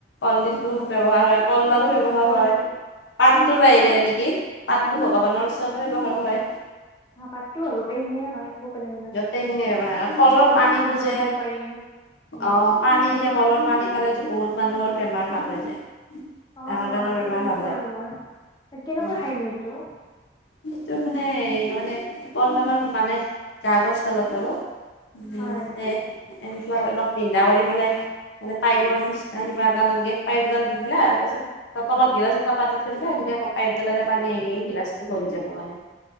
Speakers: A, on the left (about 85°); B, on the left (about 25°).
A: কলডিলটো
B: উম,
A: ব্যৱহাৰ
B: উম।
A: হয়। কলদালো ব্যৱহাৰ
B: কলডিল
A: হয়। পাতটোৰ
B: কলডিল
A: বাহিৰে
B: খোৱা নে?
A: নেকি? পাতটো
B: উম
A: ভগৱানৰ ওচৰত। ব্যৱহাৰ কৰে।
B: হ পাতটো হয় গোটেইখিনিয়ে হয় একো পেলনি নাযায়।
A: গোটেইখিনিয়ে ব্যৱহাৰ কৰে কলৰ
B: কলাখাৰ
A: পানীটো
B: বনাব
A: যে
B: পাৰি। উম,
A: অ পানী যে কলৰ পানী খালে বহুত মানুহৰ বেমাৰ ভাল হৈ যায়।
B: অ
A: ডাঙৰ ডাঙৰ
B: অ এইটো
A: বেমাৰ
B: শুনিছো
A: ভাল হয়।
B: বাৰু মই কেনেকুৱা
A: অ
B: খাইনো এইটো?
A: সেইটো মানে মানে কলডালৰ মানে কাগজডালত আৰু উ
B: হয়
A: দে এনেকে অলপ বিন্ধা কৰি পেলাই মানে পাইপৰ নিচিনা কিবা এডাল এনেকে পাইপ এডাল দি দিলা তাৰপিছত ত তলত গিলাজ এটা পাতি থলে এনেকে ককাইদডলেৰে পানী আহি আহি গিলাজটো পৰিযাব যাব মানে